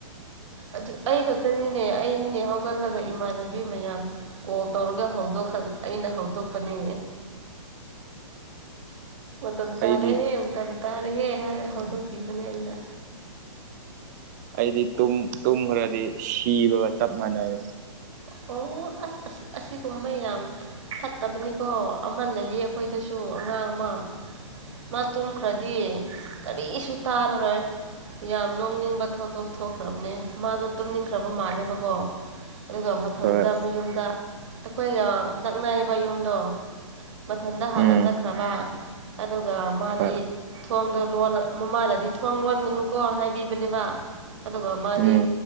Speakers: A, on the right; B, on the right.
A: ꯑꯗꯨ ꯑꯩ ꯈꯛꯇꯅꯤꯅꯦ ꯑꯩꯅꯤꯅꯦ ꯍꯧꯒꯠꯂꯒ ꯏꯃꯥꯟꯅꯕꯤ ꯃꯌꯥꯝ ꯀꯣꯜ ꯇꯧꯔꯒ ꯍꯧꯗꯣꯛꯍꯟ ꯑꯩꯅ ꯍꯧꯗꯣꯛꯄꯅꯦ ꯃꯇꯝ
B: ꯑꯩꯗꯤ
A: ꯇꯥꯔꯦꯍꯦ ꯃꯇꯝ ꯇꯥꯔꯦꯍꯦ ꯍꯥꯏꯔ ꯍꯧꯗꯣꯛꯄꯤꯕꯅꯦ ꯑꯩꯅ
B: ꯑꯩꯗꯤ ꯇꯨꯝ ꯇꯨꯝꯈ꯭ꯔꯗꯤ ꯁꯤꯕꯒ ꯆꯞ ꯃꯥꯟꯅꯔꯦ
A: ꯑꯣ ꯑꯁ ꯑꯁ ꯑꯁꯤꯀꯨꯝꯕ ꯌꯥꯝ ꯐꯠ ꯐꯠꯇꯕꯅꯦꯀꯣ ꯑꯃ ꯂꯩꯌꯦ ꯑꯩꯈꯣꯏꯗꯁꯨ ꯑꯉꯥꯡ ꯑꯃ ꯃꯥ ꯇꯨꯝꯈ꯭ꯔꯗꯤ ꯀꯔꯤꯁꯨ ꯇꯥꯔꯔꯣꯏ ꯌꯥꯝ ꯅꯣꯛꯅꯤꯡꯕ ꯊꯧꯗꯣꯛ ꯊꯣꯛꯈ꯭ꯔꯕꯅꯦ ꯃꯥꯗꯣ ꯇꯨꯝꯅꯤꯡꯈ꯭ꯔꯕ ꯃꯥꯜꯂꯦꯕꯀꯣ ꯑꯗꯨꯒ ꯃꯊꯟꯇ
B: ꯍꯣꯏ
A: ꯃꯌꯨꯝꯗ ꯑꯩꯈꯣꯏꯒ ꯅꯛꯅꯩꯌꯦꯕ ꯌꯨꯝꯗꯣ ꯃꯊꯟꯇ ꯍꯥꯟꯅ
B: ꯎꯝ
A: ꯆꯠꯈ꯭ꯔꯕ ꯑꯗꯨꯒ ꯃꯥꯗꯤ
B: ꯍꯣꯏ
A: ꯊꯣꯡꯗꯣ ꯂꯣꯜꯂ ꯃꯃꯥꯗꯗꯤ ꯊꯣꯡ ꯂꯣꯟꯒꯅꯨꯀꯣ ꯍꯥꯏꯕꯤꯕꯅꯦꯕ ꯑꯗꯨꯒ ꯃꯥꯗꯤ
B: ꯎꯝ